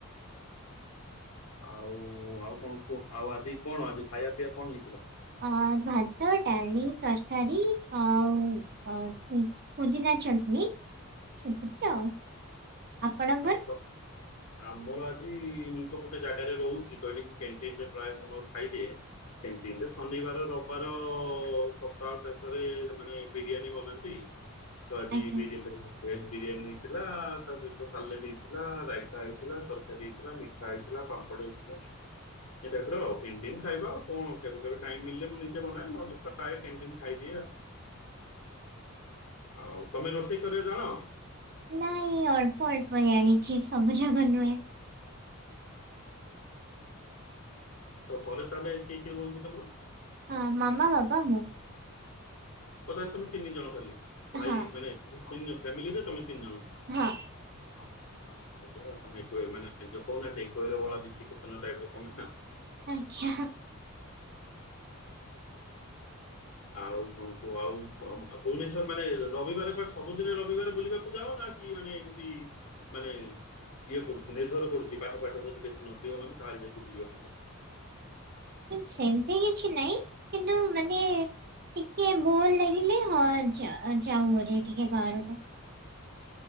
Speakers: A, on the left (about 75°); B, on the right (about 45°).
A: ଆଉ ଆଉ କଣ କୁହ ଆଉ ଆଜି କଣ ଆଜି ଖାଇବା ପିଇବା କଣ ହେଇଥିଲା?
B: ଅଁ-ଭାତ, ଡାଲି, ତରକାରୀ, ଆଉ ଅଁ-ସେେ ପୁଦିନା ଚଟନି ସେତିକି ତ ଆଉ। ଆପଣଙ୍କର
A: ଭାତ ଆମର ଆ ଜି ମୁଁ ତ ଗୋଟେ ଜାଗାରେ ରହୁଚି ତ ଏଠି ମୁଁ କ୍ୟାଣ୍ଟିନରେ ପ୍ରାୟ ସମୟ ଖାଇଦିଏ କ୍ୟାଣ୍ଟିନ‌ରେ ଶନି ବାର ରବିବାର ସପ୍ତାହ ଶେଷରେ ମାନେ ବିରିୟାନୀ ବନାନ୍ତି। ତ ଆଜି
B: ଆଜ୍ଞା,
A: ବିରିୟାନୀ ଭେଜ-ଭେଜ ବିରିୟାନୀ ହେଇଥିଲା ତା ସହିତ ସା ସାଲେଡ଼ ହେଇଥିଲା, ରାଇତା ହେଇଥିଲା, ତରକାରୀ ହେଇଥିଲା, ମିଠା ହେଇଥିଲା, ପାମ୍ପଡ଼ ହେଇଥିଲା। ଏ ଟପ ଆଉଣ୍ଟି ଖାଇବା ଆଉ କଣ କେବେ ଟାଇିଲେ ମୁଁ ନିଜେ ବନାଏ ନହେଲେ ପ୍ରାୟ ଖାଇଦିଏ। ଆଉ ତମେ ରୋଷେଇ କରିବା ଜାଣ?
B: ନାଇଁ ଅଳ୍ପ ଅଳ୍ପ ଜାଣିଛି ସବୁ ଜାକ ନୁହେଁ।
A: ଘରେ ତାହେଲେ କିଏ ରୁହନ୍ତି ତୁମର?
B: ହଁ ମାମା ବାବା ମୁଁ।
A: ତଥାପି ତମେ ତିନି ଜଣ ଖାଲି ଭାଇ
B: ହଁ
A: ମାନେ ଫାମିଲିରେ ତମେ ତିନ ଜଣ
B: ହଁ
A: <unintelligible> ବଢିଆ ଆଉ। ମାନେ ଜପଉନାହାନ୍ତି କୋଇର ବ ତମେ ନା।
B: ଆଜ୍ଞା।
A: ଆଉ କଣ କୁହ ଆଉ ଭୁବନେଶ୍ଵର ମାନେ ରବିବାର କଣ ସବୁଦିନ ରବିବାର ବୁଲିବାକୁ ଯାଅ ନା କି ମାନେ ଏମିତି ମାନେ ଇଏ କରୁଛି ନିର୍ଭର କରୁଛି ପାଠ ପାଠ ଯଦି ବେଶୀ ନଥିବ ମାନେ ତାହେଲେ ଯାଇକି ବୁଲିବାକୁ ଯାଅ।
B: ସେମିତି କିଛି ନାଇଁ କିନ୍ତୁ ମାନେ ଟିକେ ବୋଲ ଲଗିଲ ହ ଯା ର ଟିକେ ବାହାର କୁ।